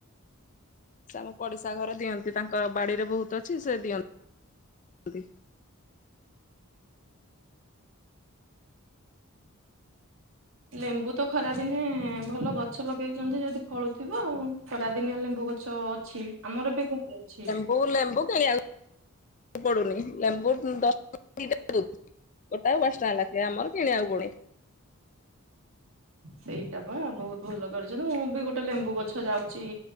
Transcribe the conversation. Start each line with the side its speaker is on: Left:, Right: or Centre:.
Left: ସେ ଆମ ପଡିଶା ଘର ଦିଅନ୍ତି ତାଙ୍କ ବାଡିରେ ବହୁତ ଅଛି ସେ ଦିଅନ୍ତି। <unintelligible>
Right: ଲେମ୍ବୁ ତ ଖରା ଦିନେ ଭଲ ଗଛ ଲଗେଇଛନ୍ତି ଯଦି ଫଳୁଥିବ ଆଉ ଖରାଦିନିଆ ଲେମ୍ବୁ ଗଛ ଅଛି ଆମର ବି ଘରେ ଅଛି।
Left: ବୋଉ ଲେମ୍ବୁ କିଣିବାକୁ ପଡୁନି ଲେମ୍ବୁ ଦଶ ଟଙ୍କାରେ ଦିଇଟା ଦଉଚି। ଗୋଟାକୁ ପାଞ୍ଚ ଟଙ୍କା ଲେଖେ ଆମର କିଣିବାକୁ ପଡୁନି।
Right: ସେଇଟା ବା ବହୁତ ଭଲ କରିଛନ୍ତି ମୁଁ ବି ଗୋଟେ ଲେମ୍ବୁ ଗଛ ଯାଉଛି